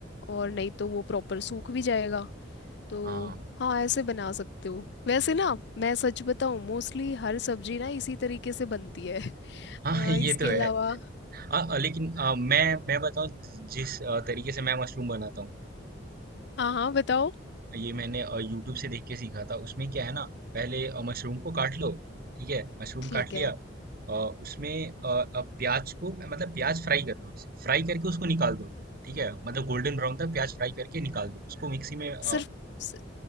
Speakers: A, on the left; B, on the right.
A: और नहीं तो वो प्रॉपर सूख भी जाएगा तो
B: हाँ
A: हाँ ऐसे बना सकते हो वैसे ना मैं सच बताऊँ मोस्टली हर सब्जी ना इसी तरीके से बनती है <laughs>
B: हाँ <laughs>
A: अ, इसके
B: ये तो है
A: अलावा
B: हाँ अ, लेकिन अ, मैं मैं बताऊँ जिस अ, तरीके से मैं मशरूम बनाता हूँ
A: हाँ हाँ बताओ
B: ये मैंने यूट्यूब से देख के सीखा था उसमें क्या है ना पहले अ, मशरूम को काट लो ठीक है मशरूम
A: ठीक
B: काट लिया
A: है
B: अ, उसमें अ, अ, प्याज को मतलब प्याज फ्राई कर लो फ्राई करके उसको निकाल दो ठीक है मतलब गोल्डन ब्राउन तक प्याज फ्राई करके निकाल दो उसको मिक्सी में अ,
A: सिर्फ सि-